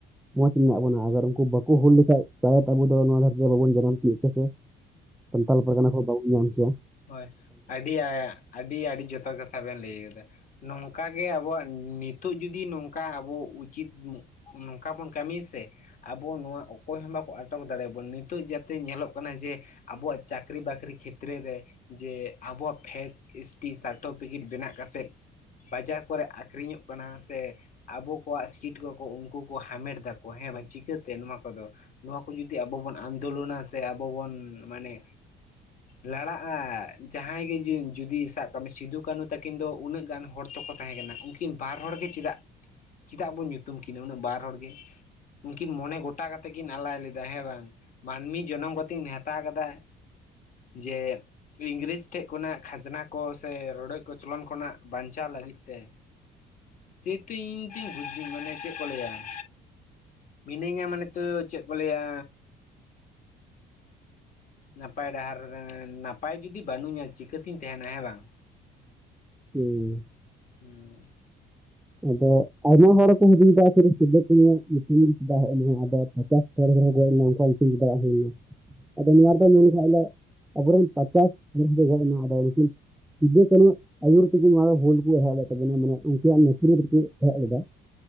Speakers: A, in the centre; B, on the left.
A: ᱢᱚᱸᱡᱽ ᱢᱮᱱᱟᱜ ᱵᱚᱱᱟ, ᱟᱜᱟᱨ ᱩᱱᱠᱩ ᱵᱟᱠᱚ ᱦᱩᱞ ᱞᱮᱱᱠᱷᱟᱡ ᱥ <unintelligible> ᱟᱵᱚ <unintelligible> ᱛᱚ ᱱᱚᱣᱟ ᱫᱷᱟᱨᱮᱛᱤ ᱫᱚ ᱵᱟᱵᱚᱱ ᱡᱟᱱᱟᱢ ᱠᱮᱛᱮᱜ, ᱥᱮ ᱥᱟᱱᱛᱟᱞ ᱯᱟᱨᱜᱟᱱᱟ ᱠᱚᱦᱚ ᱵᱟᱵᱚᱱ ᱧᱟᱢ ᱠᱮᱭᱟ ᱾
B: ᱦᱚᱭ ᱟᱹᱰᱤᱭᱟ ᱟᱹᱰᱤ ᱟᱹᱰᱤ ᱡᱚᱛᱷᱟᱛ ᱠᱟᱛᱷᱟ ᱵᱮᱱ ᱞᱟᱹᱭ ᱟᱠᱟᱫᱟ ᱾ ᱱᱚᱝᱠᱟᱜᱮ ᱟᱵᱚᱣᱟᱜ ᱱᱤᱛᱚᱜ ᱡᱩᱫᱤ ᱱᱚᱝᱠᱟ ᱟᱵᱚ ᱩᱪᱤᱛᱼᱼ ᱱᱚᱝᱠᱟ ᱵᱚᱱ ᱠᱟᱹᱢᱤᱭᱟ ᱥᱮᱼᱼ ᱟᱫᱚ ᱱᱚᱣᱟ ᱚᱠᱚᱭ ᱦᱚᱸ ᱵᱟᱠᱚ ᱟᱴᱚᱠ ᱫᱟᱲᱮᱭᱟᱵᱚᱱ ᱱᱤᱛᱚᱜ ᱡᱟᱛᱮ ᱧᱮᱞᱚᱜ ᱠᱟᱱᱟ ᱡᱮᱼᱼ ᱟᱵᱚᱣᱟᱜ ᱪᱟᱹᱠᱨᱤ ᱵᱟᱹᱠᱨᱤ ᱠᱷᱮᱛᱮᱨᱮ ᱨᱮᱼᱼ ᱡᱮ ᱟᱵᱚᱣᱟᱜ ᱯᱷᱮᱠ ᱮᱥ ᱴᱤ ᱥᱟᱨᱴᱚᱯᱤᱠᱮᱴ ᱵᱮᱱᱟᱜ ᱠᱟᱛᱮᱫᱼᱼ ᱞᱟᱡᱟᱣ ᱯᱟᱲᱟ ᱟᱹᱠᱷᱨᱤᱧᱚᱜ ᱠᱟᱱᱟ ᱥᱮᱼᱼ ᱟᱵᱚ ᱠᱚᱣᱟᱜ ᱥᱤᱴ ᱠᱚᱠᱚ ᱩᱱᱠᱩ ᱠᱚ ᱦᱟᱢᱮᱴ ᱫᱟᱠᱚ ᱦᱮᱸ ᱵᱟᱝ ᱪᱤᱠᱟᱹᱛᱮ ᱱᱚᱣᱟ ᱠᱚᱫᱚ ᱾ ᱱᱚᱣᱟ ᱠᱚ ᱡᱩᱫᱤ ᱟᱵᱚ ᱵᱚᱱ ᱟᱱᱫᱳᱞᱚᱱᱟ ᱥᱮ, ᱟᱵᱚ ᱵᱚᱱ ᱢᱟᱱᱮ ᱞᱟᱲᱟᱜᱼᱼ ᱟᱸ ᱡᱟᱦᱟᱸᱭ ᱜᱮ ᱡᱩᱫᱤ ᱥᱟᱵ ᱠᱟᱜ ᱢᱮ ᱥᱤᱫᱩ ᱠᱟᱹᱱᱩ ᱛᱟᱹᱠᱤᱱ ᱫᱚ ᱩᱱᱟᱹᱜ ᱜᱟᱱ ᱦᱚᱲ ᱛᱚᱠᱚ ᱛᱟᱦᱮᱸ ᱠᱟᱱᱟ ᱾ ᱩᱱᱠᱤᱱ ᱵᱟᱨ ᱦᱚᱲᱜᱮ ᱪᱮᱫᱟᱜ ᱪᱮᱫᱟᱜ ᱵᱚᱱ ᱧᱩᱛᱩᱢ ᱠᱤᱱᱟ ᱩᱱᱟᱹᱜ ᱵᱟᱨ ᱦᱚᱲᱜᱮ ᱾ ᱩᱱᱠᱤᱱ ᱢᱚᱱᱮ ᱜᱚᱴᱟ ᱠᱟᱛᱮ ᱠᱤᱱ ᱟᱞᱟᱭ ᱞᱮᱫᱟ ᱦᱮᱸ ᱵᱟᱝ ᱾ ᱢᱟᱹᱱᱢᱤ ᱡᱚᱱᱚᱢ ᱠᱟᱛᱮᱤᱧ ᱱᱮᱦᱛᱟ ᱠᱟᱫᱟ ᱡᱮᱼᱼ ᱤᱝᱨᱮᱡᱽ ᱴᱷᱮᱡ ᱠᱷᱚᱱᱟᱜ ᱠᱷᱟᱡᱽᱱᱟ ᱠᱚ ᱥᱮ ᱨᱚᱰᱚᱡ ᱠᱚᱪᱚᱞᱚᱱ ᱠᱷᱚᱱᱟᱜ ᱵᱟᱧᱪᱟᱣ ᱞᱟᱹᱜᱤᱫ ᱛᱮᱼᱼ ᱥᱮᱛᱩ ᱤᱧ ᱛᱩᱧ ᱵᱩᱡᱽ ᱢᱟᱱᱮ ᱪᱮᱫ ᱠᱚ ᱞᱟᱹᱭᱟ ᱾ ᱢᱤᱱᱟᱹᱧᱟ ᱢᱟᱱᱮ ᱛᱚ ᱪᱮᱫ ᱠᱚ ᱞᱟᱹᱭᱟᱼᱼ ᱱᱟᱯᱟᱭ ᱰᱟᱦᱟᱨ ᱨᱮᱸ ᱱᱟᱯᱟᱭ ᱡᱩᱫᱤ ᱵᱟᱹᱱᱩᱜᱤᱧᱟ ᱪᱤᱠᱟᱹᱛᱤᱧ ᱛᱟᱦᱮᱱᱟ ᱦᱮᱸ ᱵᱟᱝ ᱾
A: ᱦᱩᱸ
B: ᱦᱩᱸ
A: ᱟᱫᱚ ᱟᱭᱢᱟ ᱦᱚᱲᱠᱚ ᱦᱩᱫᱤᱧᱮᱫᱟ ᱥᱤᱫᱩ ᱠᱟᱹᱱᱩ ᱦᱟᱸᱜ ᱧᱩᱛᱩᱢ ᱪᱤᱠᱟᱹ ᱦᱮᱡ ᱮᱱᱟ ᱟᱫᱚᱼᱼ ᱯᱚᱪᱟᱥ ᱪᱷᱚᱲ ᱦᱚᱲ ᱨᱮᱠᱚ ᱜᱚᱡ ᱮᱱᱟ ᱚᱱᱠᱟᱜ ᱧᱩᱛᱩᱢ ᱪᱮᱫᱟᱜ ᱵᱟᱝ ᱦᱩᱭ ᱞᱮᱱᱟ ᱾ ᱟᱫᱚ ᱱᱚᱣᱟ ᱨᱮᱫᱚ ᱢᱮᱱᱠᱷᱟᱱ ᱟᱵᱚᱨᱮᱱ ᱯᱟᱪᱟᱥ ᱜᱚᱡ ᱮᱱᱟ ᱟᱫᱚ ᱩᱱᱠᱤᱱᱼᱼ ᱥᱤᱫᱩ ᱠᱟᱹᱱᱩ ᱟᱹᱭᱩᱨ ᱛᱮᱜᱮ ᱢᱟ ᱦᱩᱞ ᱠᱚ ᱮᱦᱚᱵ ᱞᱮᱫ ᱛᱟᱵᱚᱱᱟ ᱾ᱢᱟᱱᱮ ᱩᱱᱠᱩᱣᱟᱼᱜ ᱛᱩᱨ ᱨᱮᱠᱚ ᱟᱜ ᱞᱮᱫᱟ